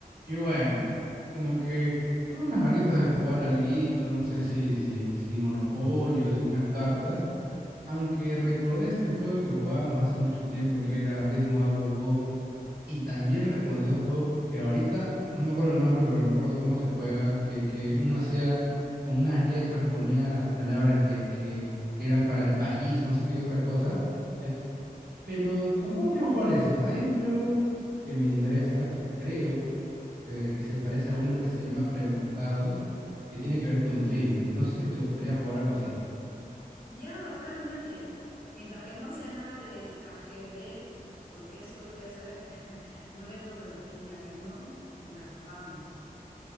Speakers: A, on the right; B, on the left.
A: Y bueno, como que tuve unas ganitas de jugar alguito, no sé si, si, si Monopolio, si unas cartas, aunque recordé este juego que jugábamos hace mucho tiempo que era Ritmo a Go Go, y también recordé un juego que ahorita no me acuerdo el nombre, pero me acuerdo cómo se juega, que, que uno hacía con unas letras, ponía las palabras que, que, que eran para el país, no sé qué otra cosa, ¿ya? pero tampoco quiero jugar ese. Hay un juego que me interesa, que creo que se, que se parece a uno que se llama Preguntados, que tiene que ver con trivias. No sé si te gustaría jugar algo así.
B: Ya, bacán, dale. Mientras que no sea nada de ajedrez, porque eso tú ya sabes que <laughs> no le entro, pero ni a cañón, ya, vamos.